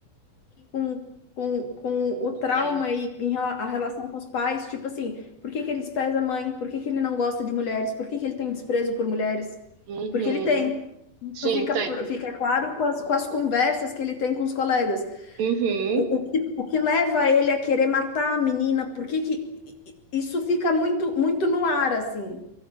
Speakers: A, on the left (about 45°); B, on the right (about 75°).
A: com, com, com o trauma
B: Mãe.
A: e em rela- a relação com os pais, tipo assim, por que que ele despreza a mãe? Por que que ele não gosta de mulheres? Por que que ele tem desprezo por mulheres?
B: Uhum.
A: Porque ele tem. Isso
B: Sim,
A: fica,
B: tem.
A: fica claro com as, com as conversas que ele tem com os colegas.
B: Uhum.
A: O, o que, o que leva ele a querer matar a menina? Por que que i- i- isso fica muito, muito no ar, assim?